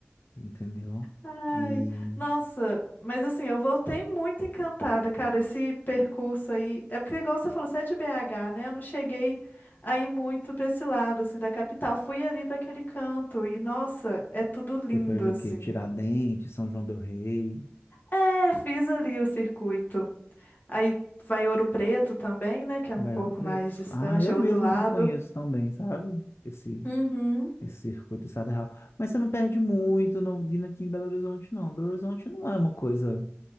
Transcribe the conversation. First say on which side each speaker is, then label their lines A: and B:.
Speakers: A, on the left; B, on the left.
A: entendeu?
B: Ai,
A: E
B: nossa, mas assim, eu voltei muito encantada, cara, esse percurso aí. É porque, igual você falou, você é de BH, né? Eu não cheguei aí muito pra esse lado, assim, da capital. Fui ali pra aquele canto e, nossa, é tudo lindo,
A: você foi ali
B: assim.
A: o quê? Tiradentes, São João do Rei.
B: É, fiz ali o circuito. Aí vai Ouro Preto também, né? Que é
A: Belo
B: um pouco
A: Preto.
B: mais distante,
A: Ah, eu
B: é outro
A: mesmo
B: lado.
A: não conheço tão bem, sabe? Esse,
B: Uhum.
A: esse circuito estadual. Mas você não perde muito não vindo aqui em Belo Horizonte, não. Belo Horizonte não é uma coisa,